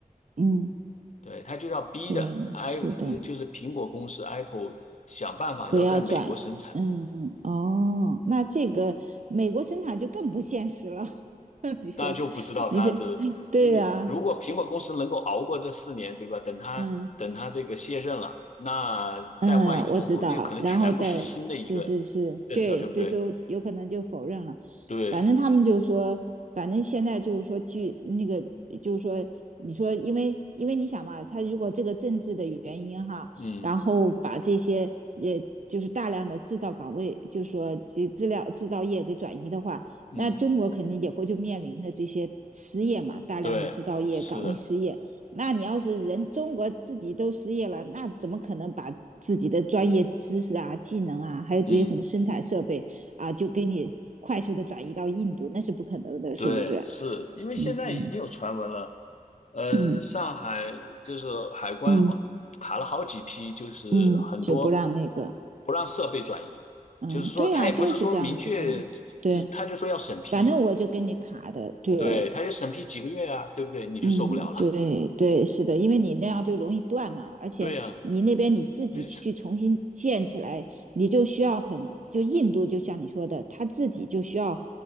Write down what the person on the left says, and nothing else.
对，他就要逼的
i
呃，就是苹果公司 Apple 想办法要在美国生产，
那就不知道他这，
呃如果苹果公司能够熬过这四年，对吧？等他等他这个卸任了，
那再换一个总统，
那有可能全部是新的一个
政策，
对不对？对，
嗯
嗯，
对，是的，
嗯，
对，是因为现在已经有传闻了。
呃，
上海就是海关好卡了好几批，
就是很多
不让设备转移，
就是说他也不是说明确，
这他就说要审批，
对，他就审批几个月啊，对不对？你就受不了了，
<laughs>
对呀、你是